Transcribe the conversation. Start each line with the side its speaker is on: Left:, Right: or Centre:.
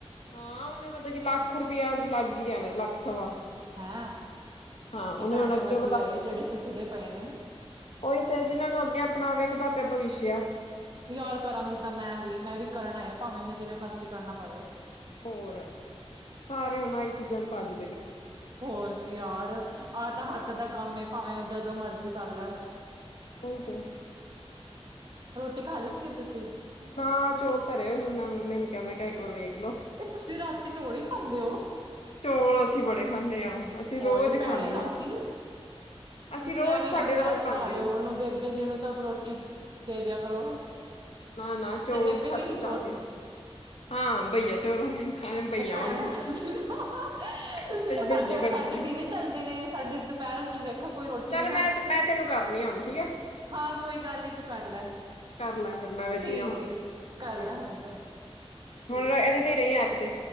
Left: ਹਾਂ ਔਨੇ ਮਤਲਬ ਕਿ ਲੱਖ ਰੁਪਇਆ ਦੀ ਲੱਗਈ ਆ ਮੇਰੇ ਲੱਖ ਸਵਾ।
Right: ਹੈਂ,
Left: ਹਾਂ ਉਹਨੇ
Right: ਇਹ ਭੈਣੇ
Left: ਹੁਣ ਅੱਗੇ
Right: ਵਧੀਆ ਏ ਜਿਹੜੇ ਸਿੱਖਦੇ ਪਏ ਨੇ।
Left: ਔਹੀ ਤੇ ਜਿਹਨਾਂ ਨੂੰ ਅੱਗੇ ਆਪਣਾ ਵੇਖਦਾ ਪਿਆ ਭਵਿਸ਼ਯ ਆ।
Right: ਯਾਰ ਕਰਾਂਗੀ ਤਾਂ ਮੈਂ ਵੀ ਮੈਂ ਵੀ ਕਰ ਏ ਭਾਵੇਂ ਮੈਂ ਜਿਵੇਂ ਮਰਜ਼ੀ ਕਰਨਾ ਪਵੇ।
Left: ਹੋਰ ਸਾਰੇ ਹੁਣ ਆਈ ਚੀਜ਼ਾਂ ਚ' ਪੰਜ
Right: ਹੋਰ ਕੀ ਯਾਰ ਆਹ ਤਾਂ ਹੱਥ ਦਾ ਕੰਮ ਏ। ਭਾਵੇਂ ਜਦੋਂ ਮਰਜ਼ੀ ਕਰ ਲੇ।
Left: ਓਹੀ ਤੇ।
Right: ਰੋਟੀ ਖਾ ਲਿੱਤੀ ਏ ਤੁਸੀਂ
Left: ਨਾ ਚੋਲ ਧਰੇ ਹੋਏ ਫੇਰ ਮੈਂ ਮੰਮੀ ਨੂੰ ਕਿਹਾ ਮੈਂ ਕਿਹਾ ਇੱਕ ਵਾਰ ਵੇਖ ਲੋ
Right: ਉਹ ਤੁਸੀਂ ਰਾਤੀ ਚੋਲ ਹੀ ਖਾਂਦੇ ਹੋ?
Left: ਚੌਲ ਅਸੀਂ ਬੜੇ ਖਾਂਨੇ ਹਾਂ। ਅਸੀਂ
Right: ਹੋਏ
Left: ਰੋਜ਼
Right: ਭੈਣੇ
Left: ਖਾਂਨੇ
Right: ਰਾਤੀ
Left: ਹਾਂ। ਅਸੀਂ
Right: ਤੁਸੀਂ
Left: ਰੋਜ਼
Right: ਐਵੇਂ
Left: ਸਾਡੇ
Right: ਨਾ ਵੈਅ
Left: ਰੋਜ਼
Right: ਚੜਾ
Left: ਬਣਦੇ
Right: ਲਯੋ।
Left: ਨੇ
Right: ਔਨੂੰ ਬੇਬੇ ਜੀ ਨੂੰ ਤਾਂ ਰੋਟੀ ਦੇ ਦਿਆ ਕਰੋ।
Left: ਨਾ ਨਾ ਚੌਲ
Right: ਬੇਬੇ
Left: ਤੇ ਸਾਡੇ
Right: ਵੀ
Left: ਚੱਲਦੇ ਨੇ ਹਾਂ ਬਈਆ ਚੌਲ ਖਾਣੇ ਬਈਆ
Right: ਇਹ ਭੈਣੇ
Left: ਵਾਂਗੂ
Right: ਤੁਸੀਂ ਤਾਂ ਤੁਸੀਂ
Left: ਅਸੀਂ
Right: ਤਾਂ
Left: ਬਈਏ
Right: ਸਾਡੇ
Left: ਬਣੇ
Right: ਸਾਡੇ
Left: ਹੋਏ
Right: ਦਿਨ
Left: ਆ
Right: ਚੱਲਦੇ ਨੇ। ਤੇ ਸਾਡੇ ਧੁੱਪਹੇਰ 'ਚ ਵੀ ਦੇ ਕੋਈ ਰੋਟੀ
Left: ਚੱਲ ਮੈਂ ਤੈਂ ਮੈਂ ਤੈਨੂੰ ਕਰਨੀ ਹੁਣ ਠੀਕ ਏ।
Right: ਹਾਂ ਕੋਈ ਗੱਲ ਨੀ ਤੂੰ ਕਰ ਲੈ।
Left: ਕਰ ਲੈ ਫੇਰ ਮੈਂ ਵਿਹਲੀ
Right: ਠੀਕ
Left: ਆ ਹੁਣ
Right: ਏ
Left: ਫਿਰ
Right: ਕਰ
Left: ਮੈਂ
Right: ਲੈ ਹੁਣ ਤੋਂ ਠੀਕ
Left: ਹੁਣ ਇਹਦੇ
Right: ਏ।
Left: ਤੇ ਰਹੀ। ਐਪ ਤੇ।